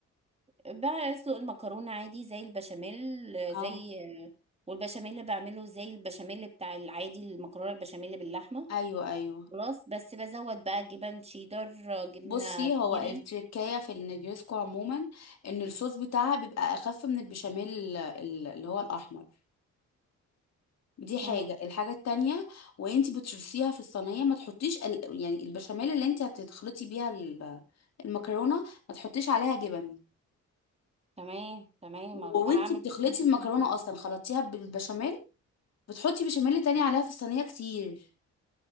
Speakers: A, on the right; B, on the left.
A: بقى اسلق المكرونه عادي زي البشاميل آه،
B: اه
A: زي آه، والبشاميل اللي بعمله زي البشاميل بتاع العادي المكرونه البشاميل باللحمه
B: ايوه ايوه
A: خلاص بس بزود بقى جبن شيدر آه، جبنه
B: بصي
A: كيري
B: هو التركية في النجريسكو عموما ان الصوص بتاعها بيبقى اخف من البشاميل ال- اللي هو الاحمر دي حاجة
A: امم
B: الحاجة التانية وانتي بتشرسيها في الصينية ما تحطيش ال... يعني البشاميل اللي انتي هتخلطي بيها ال- المكرونة ما تحطيش عليها جبن
A: تمام تمام
B: و- وانتي
A: هعمل
B: بتخلطي
A: زي ما انت
B: المكرونة
A: بتقولي
B: اصلا خلطتيها بالبشاميل بتحطي بشاميل تاني عليها في الصينية كتير